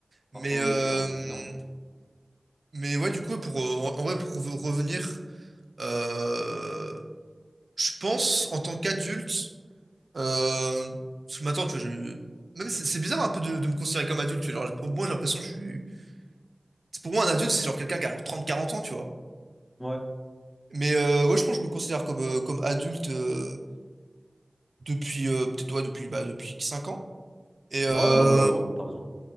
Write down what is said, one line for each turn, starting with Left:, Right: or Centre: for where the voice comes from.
Left: parfois
Right: Mais, euh,
Left: oui, c'est un accident.
Right: mais ouais, du coup, pour, euh, en vrai, pour re- revenir, euh, je pense, en tant qu'adulte, euh, parce que maintenant, tu vois, je, même, c'est c'est bizarre un peu de, de me considérer comme adulte, tu vois. Genre, pour moi, j'ai l'impression que je suis, c'est pour moi, un adulte, c'est genre quelqu'un qui a alors 30, 40 ans, tu vois.
Left: Ouais.
Right: Mais, euh, ouais, je pense que je me considère comme, euh, comme adulte, euh, depuis, euh, peut-être, ouais, depuis, bah, depuis 5 ans. Et, euh,
Left: Ouais, non, bah ouais, t'as raison.